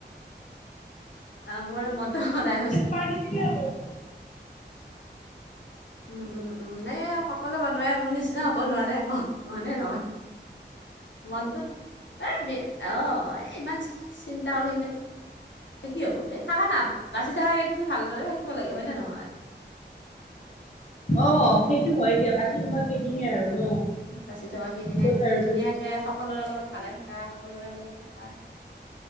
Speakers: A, on the left; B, on the left.
A: আ, মোৰ মনটো সদায় সুস্
B: পানী কেতিয়া পৰি
A: উম, উম, উম, এ, সকলোৱে বনোৱাই মোৰ নিচিনা হ'ব নোৱাৰে আকৌ, হয় নে নহয়? মনটোত এই বে অ', এই ইমান চিন্তা কৰিল থাকে কি হ'ব, বে থাকা না, বাচি থকা কেইদিন ভালদৰে থাকিব লাগে, হয়নে নহয়?
B: অ', সেইটো হয় দিয়া, বাচি থকা কেইদিনেই আৰু ন।
A: বাচি থকা কেইদিনেই
B: ক'ত
A: তুমি
B: আৰু
A: ধুনীয়াকে সকলোৰে লগত ভালে থাকা, সকলোৰে লগত থাকা।